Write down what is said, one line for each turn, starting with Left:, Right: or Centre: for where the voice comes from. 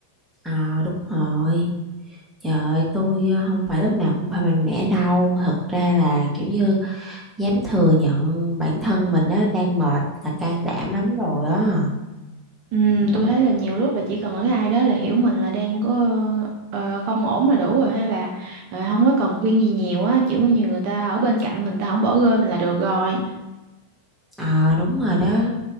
Centre: Ờ đúng rồi. Trời ơi, tôi à, không phải lúc nào cũng phải mạnh mẽ đâu. Thật ra là kiểu như dám thừa nhận bản thân mình á, đang mệt là can đảm lắm rồi á.
Right: Ừm, tôi thấy là nhiều lúc là chỉ cần là cái ai đó là hiểu mình là đang có ờ, không ổn là đủ rồi ha bà Ờ, không có cần khuyên gì nhiều á chỉ có như người ta ở bên cạnh mình ta không bỏ rơi mình là được rồi
Centre: Ờ đúng rồi đó.